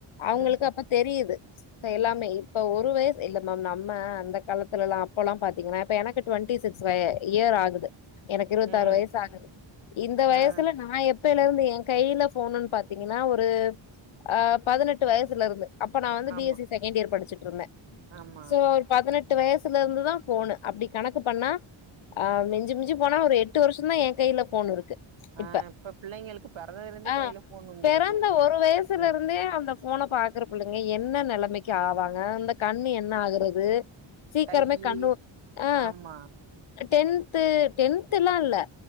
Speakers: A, on the left (about 75°); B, on the right (about 70°).
A: அவுங்களுக்கு
B: ம்
A: அப்ப தெரியுது சோ எல்லாமே இப்போ ஒரு வயசு இல்ல மேம் நம்ம அந்த காலத்துலெல்லா அப்போல்லா பாத்தீங்கனா இப்ப எனக்கு ட்வெண்ட்டி சிக் ஸ் வய இயர் ஆகுது எனக்கு இருவத்தாறு
B: ம்
A: வயசாகுது இந்த வயசுல
B: ஆ
A: நா எ ப்பேலருந்து எ கையில போணுன் பாத்தீங்கன்னா ஒரு அ பதனெட்டு வயசுல இருந்து அப்ப நா வந்து
B: ஆமா
A: பி எஸ் சி செகண்ட் இயர் படிச்சிட்ருந்தே
B: ஆமா.
A: சோ ஒரு பதனெ ட்டு வயசுல இருந்துதா ஃபோனு அப்டி கணக்கு பண்ணா அ மிஞ்சு மிஞ்சி போனா ஒரு எட்டு வருஷந்தா எ கைல ஃபோன் இருக்கு
B: ஆ
A: இப்ப
B: பிள்ளைங்களுக்கு பிறந்ததுலருந்தே
A: அ
B: கையில ஃபோன் வந்துருது.
A: பெறந்த ஒரு வயசுல
B: ம்
A: இருந்தே இந்த ஃபோன பாக்குற புள்ளைங்க என்ன நெலைமைக்கு ஆவாங்க இந்த கண்ணு என்ன ஆகுறது சீக்கிரமே
B: கையி
A: கண்ணூ அ
B: ஆமா.
A: டென்த்து டென்த்தெல்லா இல்ல